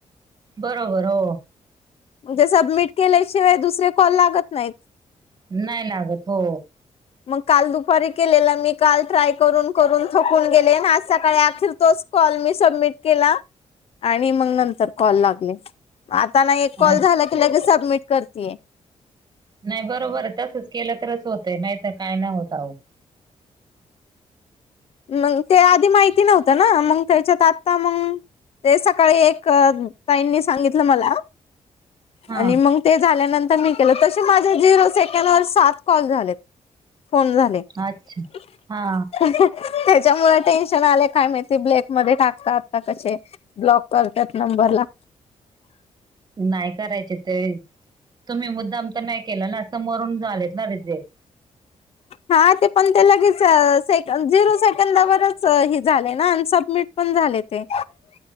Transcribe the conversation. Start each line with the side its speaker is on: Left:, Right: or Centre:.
Right: बरोबर हो
Left: मग ते सबमिट केल्याशिवाय दुसरे कॉल लागत नाहीत.
Right: नाही लागत हो.
Left: मग काल दुपारी केलेला मी, काल ट्राय करून करून थकून गेले ना आज सकाळी अखेर तोच कॉल मी सबमिट केला, आणि मग नंतर कॉल लागले. आता ना, एक
Right: अच्छा
Left: कॉल झाला की लगेच सबमिट करतीये.
Right: नाही बरोबर आहे तसच केलं तरच होतय, नाहीतर काय नाही होत आहो.
Left: मग ते आधी माहिती नव्हतं ना मग त्याच्यात आता मग ते सकाळी एक अं ताईंनी सांगितलं मला
Right: हा
Left: आणि म ते झाल्यानंतर मी केलं, तसे माझ्या झिरो सेकंड वर सात कॉल झालेत. फोन झाले <inaudible>
Right: अच्छा हा
Left: त्याच्यामुळं टेन्शन आलय काय माहित. ते ब्लॅक मध्ये टाकतात का कसे ब्लॉक करत्यात नंबर ला.
Right: नाही करायचे ते तुम्ही मुद् त्यांना हे केलं ना समोरून झालेत ना रिजेक्ट.
Left: हा ते पण ते लगेच सेकंद झिरो सेकंदावरच हे झाले ना आणि सबमिट पण झाले ते